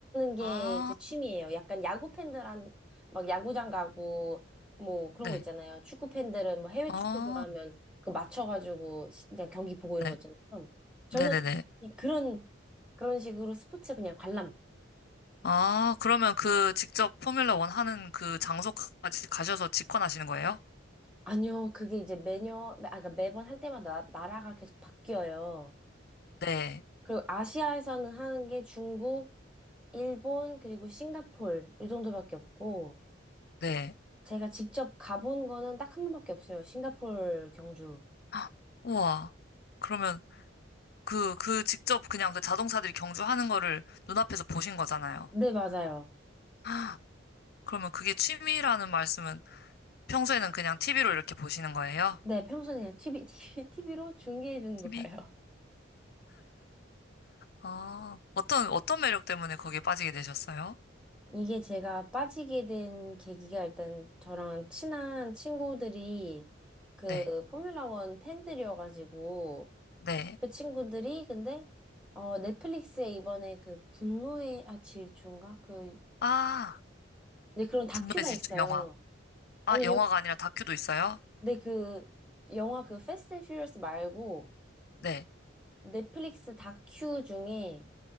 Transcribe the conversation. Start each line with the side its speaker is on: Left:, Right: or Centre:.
Centre: 게
Left: 아,
Centre: 제 취미예요. 약간 야구 팬들한 막 야구장 가고 뭐 그런
Left: 네.
Centre: 거 있잖아요. 축구 팬들은 뭐 해외
Left: 아,
Centre: 축구 좋아하면 그 맞춰가지고 시- 그냥 경기 보고 이런
Left: 네.
Centre: 거 있잖아요. 저는
Left: 네네네.
Centre: 그냥 그런 그런 식으로 스포츠 그냥 관람.
Left: 아, 그러면 그 직접 포뮬라 원 하는 그 장소까지 가셔서 직관하시는 거예요?
Centre: 아니요, 그게 이제 매년, 아, 그러니까 매번 할 때마다 나, 라가 계속 바뀌어요.
Left: 네.
Centre: 그리고 아시아에서는 하는 게 중국, 일본, 그리고 싱가폴, 이 정도밖에 없고,
Left: 네.
Centre: 제가 직접 가본 거는 딱 한 번밖에 없어요. 싱가폴, 경주.
Left: 헉, 우와. 그러면 그, 그 직접 그냥 그 자동차들이 경주하는 거를 눈앞에서 보신 거잖아요.
Centre: 네,
Left: <gasps>
Centre: 맞아요.
Left: 아, 그러면 그게 취미라는 말씀은 평소에는 그냥 TV로 이렇게 보시는 거예요?
Centre: 네, 평소에 그냥 TV, TV, TV로 <laughs> 중계해 주는
Left: TV?
Centre: 거 봐요.
Left: 아, 어떤, 어떤 매력 때문에 거기에 빠지게 되셨어요?
Centre: 이게 제가 빠지게 된 계기가 일단 저랑 친한 친구들이 그
Left: 네,
Centre: 포뮬라 원 팬들이어가지고,
Left: 네.
Centre: 그 친구들이 근데 어 넷플릭스에 이번에 그 분노의 아 질주인가 그
Left: 아,
Centre: 네, 그런 다큐가
Left: 분노의 질주
Centre: 있어요.
Left: 영화. 아,
Centre: 아니
Left: 영화가
Centre: 아니요.
Left: 아니라 다큐도 있어요?
Centre: 네, 그 영화 그 패스트 앤 퓨리어스 말고
Left: 네,
Centre: 넷플릭스 다큐 중에